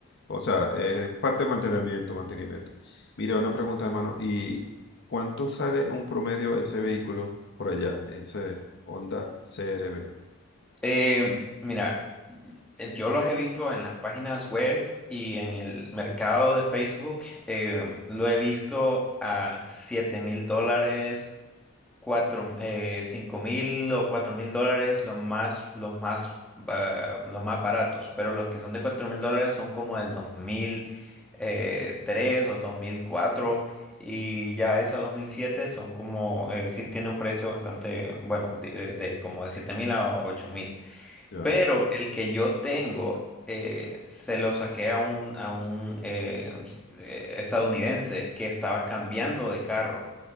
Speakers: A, on the left; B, in the centre.
A: O sea, es parte de mantenimiento, mantenimiento. Mira, una pregunta, hermano. ¿Y cuánto sale un promedio ese vehículo por allá? Ese Honda CRB.
B: Eh, mira, el- yo los he visto en las páginas web y en el mercado de Facebook. eh, lo he visto a siete mil dólares, cuatro, eh, cinco mil o cuatro mil dólares, los más, los más, ah, los más baratos, pero los que son de cuatro mil dólares son como del dos mil eh, tres o dos mil cuatro y ya esos 2007 son como, eh, sí tiene un precio bastante, bueno, de, de como de siete mil a ocho mil.
A: Ya.
B: Pero el que yo tengo eh, se lo saqué a un, a un eh, s- eh, estadounidense que estaba cambiando de carro.